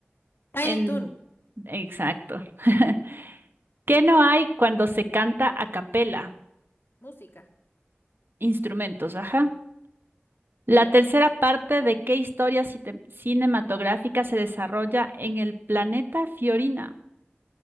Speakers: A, on the left; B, on the right.
A: Tiny
B: En...
A: Toon.
B: Exacto. <laughs> ¿Qué no hay cuando se canta a capela?
A: Música.
B: Instrumentos, ajá. La tercera parte de qué historia cite- cinematográfica se desarrolla en el planeta Fiorina.